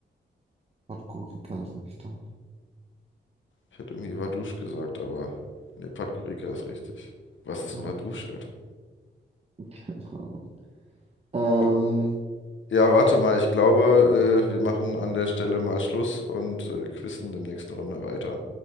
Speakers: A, on the right; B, on the left.
A: Podgorica, sag ich dann.
B: Ich hätte irgendwie Vaduz gesagt, aber nee, Podgorica ist richtig. Was ist
A: Ja,
B: ein Vaduz, Alter?
A: <laughs> keine Ahnung. Ähm,
B: Oh, Ja, warte mal, ich glaube, äh, wir machen an der Stelle mal Schluss und äh, quissen demnächst eine Runde weiter.